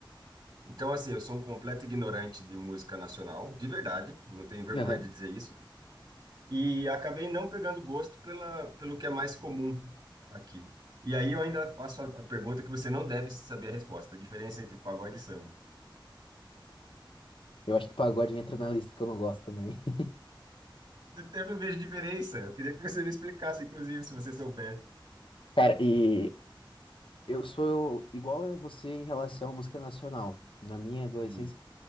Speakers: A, on the right (about 45°); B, on the left (about 80°).
A: Então, assim, eu sou um completo ignorante de música nacional, de verdade, não tenho vergonha
B: Aham.
A: de dizer isso. E acabei não pegando gosto pela, pelo que é mais comum aqui. E aí eu ainda faço a a pergunta que você não deve saber a resposta, a diferença entre pagode e samba.
B: Eu acho que pagode entra na lista que eu não gosto também.
A: Eu não vejo diferença. Eu queria que você me explicasse, inclusive, se você souber.
B: <laughs> Cara, e Eu sou igual a você em relação à música nacional. Na minha adolescência,
A: Hum,